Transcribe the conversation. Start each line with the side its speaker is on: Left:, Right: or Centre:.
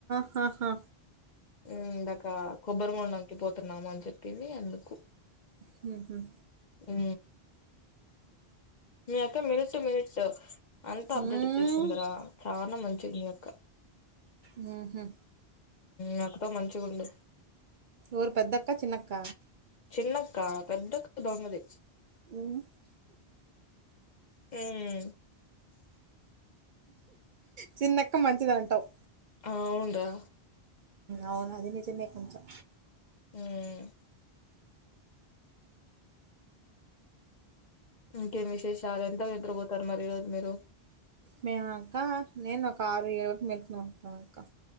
Right: ఆహా
Left: ఇందాక కొబ్బరి మొండకి పోతున్నాము అని చెప్పింది అందుకు
Right: హ్మ్ హ్మ్
Left: ఉ మీ అక్క మినిట్ మినిట్ అంతా అప్డేట్
Right: హ్మ్.
Left: ఇచ్చేస్తుందిరా చాలా మంచి ది మీ అక్క
Right: హుహు.
Left: నాకతో మంచిగా ఉండ
Right: ఓరు పెద్దక్క చిన్నక్క
Left: చిన్నక్క పెద్దక్క దొంగది
Right: హ్మ్.
Left: ఉమ్
Right: చిన్నక్క మంచిది అంటావ్
Left: అవును రా
Right: అవును అది నిజమే కొంచెం
Left: ఉమ్ ఇంకేం విశేషాలు ఎంతకి నిద్రపోతారు మరి ఈరోజు మీరు
Right: మేమా అక్క నేను ఒక ఆరు ఏడుకు నిద్రపోత అక్క